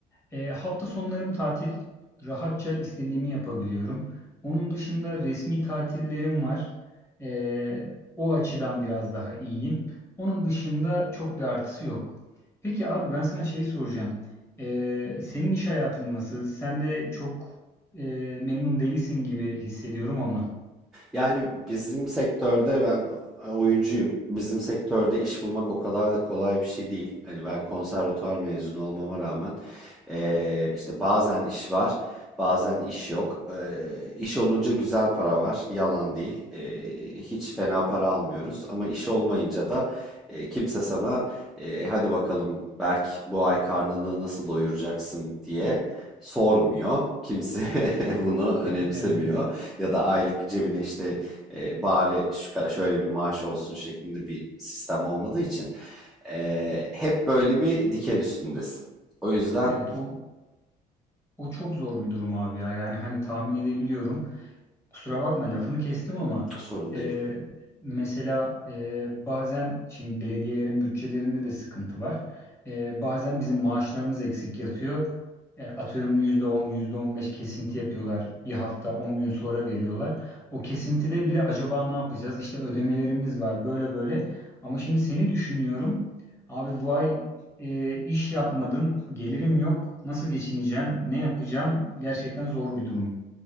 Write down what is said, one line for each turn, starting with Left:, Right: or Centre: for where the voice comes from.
Left: E, hafta sonlarım tatil. Rahatça istediğimi yapabiliyorum. Onun dışında resmi tatillerim var. E, o açıdan biraz daha iyiyim. Onun dışında çok bir artısı yok. Peki abi ben sana şey soracağım. E, senin iş hayatın nasıl? Sen de çok e, memnun değilsin gibi hissediyorum ama.
Centre: Yani bizim sektörde ben oyuncuyum. Bizim sektörde iş bulmak o kadar da kolay bir şey değil. Hani ben konservatuvar mezunu olmama rağmen eee, işte bazen iş var, bazen iş yok. Eee iş olunca güzel para var, yalan değil. Eee, hiç fena para almıyoruz ama iş olmayınca da e, kimse sana e, hadi bakalım Berk bu ay karnını nasıl doyuracaksın diye sormuyor. Kimse <laughs> bunu önemsemiyor.
Left: <laughs> Evet.
Centre: Ya da aylık cebine işte e, bari şu ka- şöyle bir maaş olsun şeklinde bir sistem olmadığı için e, hep böyle bir diken üstündesin. O yüzden
Left: Evet o O çok zor bir durum abi ya. Yani hani tahmin edebiliyorum. Kusura bakma lafını kestim ama
Centre: sorun
Left: e,
Centre: değil.
Left: mesela e, bazen şimdi belediyelerin bütçelerinde de sıkıntı var. E, bazen bizim maaşlarımız eksik yatıyor. E, atıyorum %10 %15 kesinti yapıyorlar. Bir hafta 10 gün sonra veriyorlar. O kesintide bile acaba ne yapacağız? İşte ödemelerimiz var böyle böyle. Ama şimdi seni düşünüyorum. Abi bu ay e, iş yapmadım, gelirim yok. Nasıl geçineceğim, ne yapacağım? Gerçekten zor bir durum.